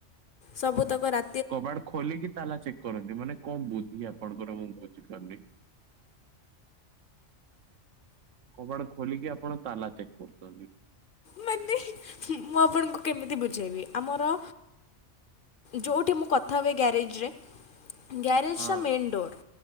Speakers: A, on the left (about 55°); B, on the right (about 85°).
A: ସବୁତକ ରା
B: କବାଡ ଖୋଲିକି ତାଲା ଚେକ୍ କରନ୍ତି ମାନେ କଣ ବୁଦ୍ଧି ଆପଣଙ୍କର ମୁଁ ବୁଝିପାରୁନି। କବାଡ ଖୋଲିକି ଆପଣ ତାଲା ଚେକ୍ କରୁଚନ୍ତି।
A: ମାନେ ମୁଁ ଆପଣଙ୍କୁ କେମିତି ବୁଝେଇବି ଆମର ଯେଉଁଠି ମୁଁ କଥା ହୁଏ ଗ୍ୟାରେଜରେ ଗ୍ୟାରେଜଟା
B: ହଁ
A: ମେନ୍ ଡୋର୍